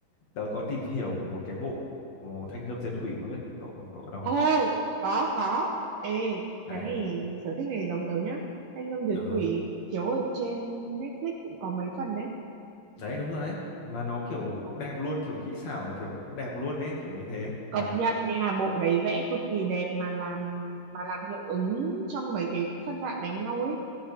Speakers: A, on the left (about 50°); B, on the right (about 70°).
A: tớ có tìm hiểu một cái bộ ờ, Thanh Gươm Diệt Quỷ không biết cậu cậu, cậu đọc không
B: ô có có ê
A: đấy
B: cái này sở thích này giống tớ nhá thanh gươm duyệt
A: ừ
B: quỷ chiếu ở trên Netflix cũng có mấy phần đấy
A: đấy đúng rồi đấy mà nó kiểu
B: Ừ,
A: cũng đẹp luôn kiểu kỹ xảo là kiểu cũng đẹp luôn ấy kiểu như thế
B: công
A: nhờ
B: nhận nha bộ đấy vẽ cực kỳ đẹp mà làm mà làm hiệu ứng trong mấy cái phân đoạn đánh nhau ấy